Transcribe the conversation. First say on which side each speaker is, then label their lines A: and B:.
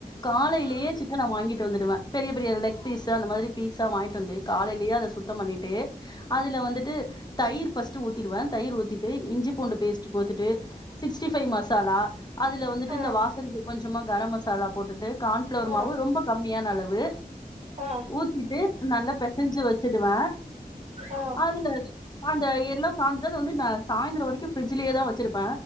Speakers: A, on the left; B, on the right.
A: காலைலேயே
B: ம்
A: சிக்கன்ன வாங்கிட்டு வந்துடுவன் பெரிய பெரிய லெக் பீஸ் அந்த மாரி பீஸா வாங்கிட்டு வந்து காலைலேயே அத சுத்தம் பண்ணிட்டு அதுல வந்துட்டு தயிர் ஃபஸ் டு ஊத்திடுவன் தயிர் ஊத்திட்டு இஞ்சி பூண்டு பேஸ்ட் போட்டுட்டு சிஸ்டி ஃபைவ் மசாலா அதுல வந்துட்டு
B: ஆ
A: இந்த வாசனைக்கு கொஞ்சமா கரம் மசாலா போட்டுட்டு கார்ன்ஃபிளவர்
B: ஆ
A: மாவு ரொம்ப கம்மியான அளவு
B: ஆ
A: ஊத்திட்டு நல்லா பெசைஞ்சு வச்சிடுவ
B: ஆ
A: அதுல அந்த எல்லாம் சாந்து அதவந்து நான் சாய்ந்திரம் வரைக்கும் பிரிட்ஜ்லயே தான் வச்சிருப்ப